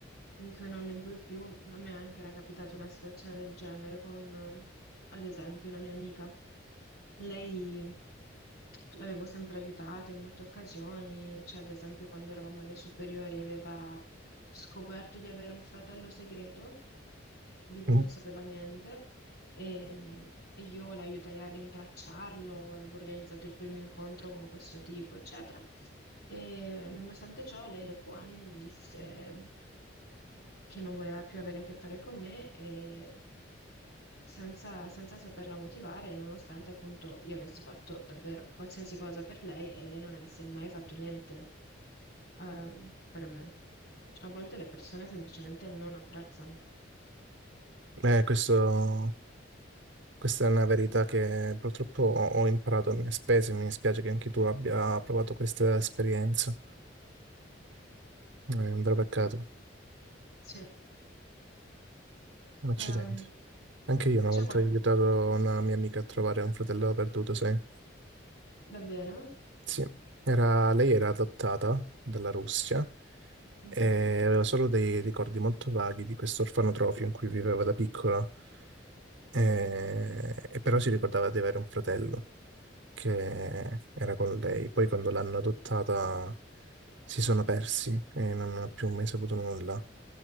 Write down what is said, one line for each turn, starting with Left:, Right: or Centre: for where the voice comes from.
Left: in cui non ne puoi più, a me anche era capitata una situazione del genere con, eh, ad esempio, una mia amica. Lei l'avevo sempre aiutata in molte occasioni, cioè ad esempio quando eravamo alle superiori aveva scoperto di avere un fratello segreto di cui
Right: Mm.
Left: non sapeva niente e, mm, e io l'aiutai a rintracciarlo, avevo organizzato il primo incontro con questo tipo, eccetera. E nonostante ciò, lei dopo anni mi disse che non voleva più avere a che fare con me e senza, senza saperla motivare, nonostante appunto io avessi fatto davvero qualsiasi cosa per lei e lei non avesse mai fatto niente, ehm, per me. A volte le persone semplicemente non apprezzano.
Right: Eh, questo. Questa è una verità che purtroppo ho ho imparato a mie spese, mi dispiace che anche tu abbia provato questa esperienza. È un vero peccato,
Left: Mm, mm, Sì.
Right: un accidente.
Left: Ehm,
Right: Anche io una
Left: c'è
Right: volta
Left: qualcuno...
Right: ho aiutato una mia amica a trovare un fratello perduto, sai?
Left: Davvero?
Right: Sì, era, lei era adottata dalla Russia
Left: Mhm.
Right: e aveva solo dei ricordi molto vaghi di questo orfanotrofio in cui viveva da piccola, e, e però si ricordava di avere un fratello. che era con lei. Poi quando l'hanno adottata si sono persi e non ho più mai saputo nulla.